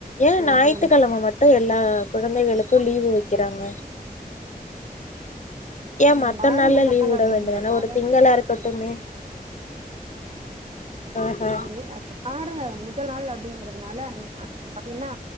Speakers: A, on the left; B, on the right.
A: ஏன்
B: ஆ
A: ஞாயித்துக்கிழம
B: சொல்லுங்க
A: மட்டு எல்லாக் கொழந்தைகளுக்கு லீவு வக்குறாங்க ஏ
B: அது
A: மத்த
B: வார
A: நாள்ல
B: முதல்
A: லீவ்
B: நாள்
A: உட
B: அப்படிங்கறதுனால
A: வேண்டியதான ஒரு திங்களா இருக்கட்டுமே ஆஹா
B: அரு பாற முத நாள் அப்டி க்கிறதுனால பாத்தீங்கன்னா